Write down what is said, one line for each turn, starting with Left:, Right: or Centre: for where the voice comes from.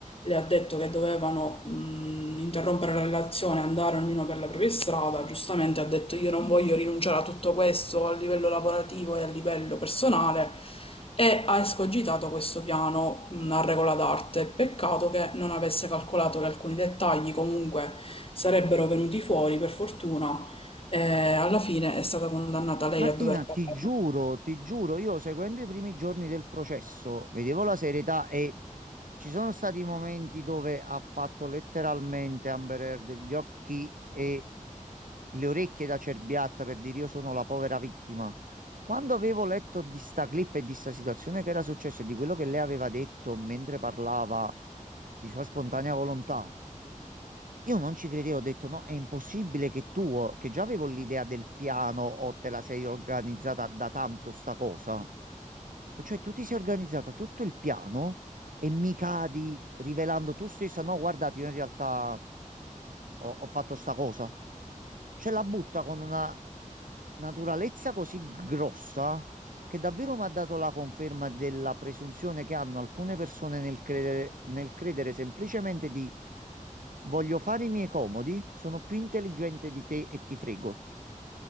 Left: le ha detto che dovevano mh, interrompere la relazione, andare ognuno per la propria strada. Giustamente ha detto: Io non voglio rinunciare a tutto questo a livello lavorativo e a livello personale. E ha escogitato questo piano mh, a regola d'arte. Peccato che non avesse calcolato che alcuni dettagli comunque sarebbero venuti fuori, per fortuna. E alla fine è stata condannata
Right: Martina,
Left: lei a dover
Right: ti
Left: pagare.
Right: giuro, ti giuro, io seguendo i primi giorni del processo, vedevo la serietà e ci sono stati momenti dove ha fatto letteralmente Amber Heard gli occhi e le orecchie da cerbiatta per dire io sono la povera vittima. Quando avevo letto di sta clip e di sta situazione che era successa e di quello che lei aveva detto mentre parlava di sua spontanea volontà, io non ci credevo, ho detto no, è impossibile che tu, oh, che già avevo l'idea del piano o te la sei organizzata da tanto sta cosa. Detto, Cioè tu ti sei organizzata tutto il piano e mi cadi rivelando tu stessa, no, guardate, io in realtà ho, ho fatto sta cosa. Cioè la butta con una naturalezza così grossa che davvero mi ha dato la conferma della presunzione che hanno alcune persone nel credere, nel credere semplicemente di voglio fare i miei comodi, sono più intelligente di te e ti frego.